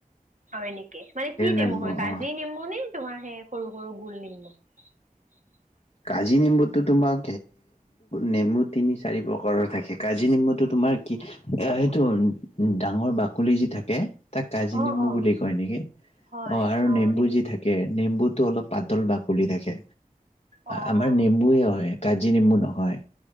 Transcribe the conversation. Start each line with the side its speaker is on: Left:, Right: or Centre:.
Right: হয় নেকি। মানে কি নেমু
Left: নেম্বু
Right: হয় কাজি
Left: অ'।
Right: নেমু নে তোমাৰ সেই সৰু সৰু গোল নেমু। <inaudible>
Left: কাজি নেম্বুটো তোমাক নেমু তিনি চাৰি প্ৰকাৰৰ থাকে কাজি নেম্বুটো তোমাৰ কি সেইটো ডাঙৰ বাকলি যি থাকে তাক কাজি
Right: অ
Left: নেম্বু
Right: অ
Left: বুলি কয় নেকি
Right: হয়
Left: আৰু
Right: অ
Left: নেম্বু
Right: সেইটো
Left: যি থাকে নেম্বুটো অলপ পাতল বাকলি থাকে।
Right: অঁ
Left: আমাৰ
Right: অঁ
Left: নেম্বুয়ে হয়, কাজি নেম্বু নহয়